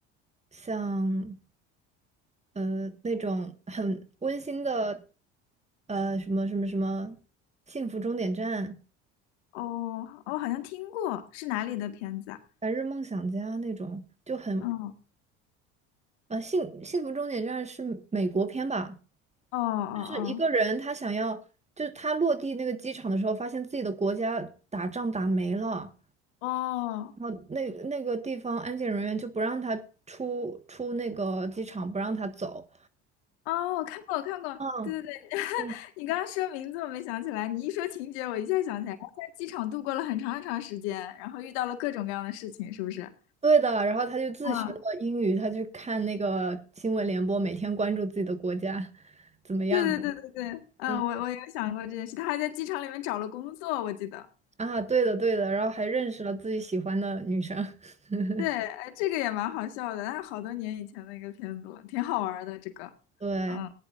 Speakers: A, on the right (about 20°); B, on the left (about 75°).
A: 像呃那种很温馨的，呃什么什么什么《幸福终点站》。
B: 哦，我好像听过，是哪里的片子啊？
A: 白日梦想家那种就很
B: 哦
A: 呃，幸幸福终点站是美国片吧？
B: 哦哦
A: 就是一个人他想要，就是他落地那个机场的时候，发现自己的国家打仗打没了，
B: 哦。哦，
A: 然后那那个地方安检人员就不让他出出那个机场，不让他走。
B: 哦，我看过，我看过，
A: 嗯
B: 对对对，
A: 嗯，
B: 你刚刚说名字我没想起来，你一说情节我一下想起来，他在机场度过了很长很长时间，然后遇到了各种各样的事情，是不是？
A: 对的。然后他就自学了英语，
B: 嗯，
A: 他去看那个新闻联播，每天关注自己的国家怎么样。
B: 对对对对对，嗯，
A: 嗯
B: 我我有想过这件事，他还在机场里面找了工作，我记得。
A: 啊，对的对的，然后还认识了自己喜欢的女生。<laughs>
B: 对，哎，这个也蛮好笑的，那好多年以前的一个片子了，挺好玩儿的这个。
A: 对，
B: 嗯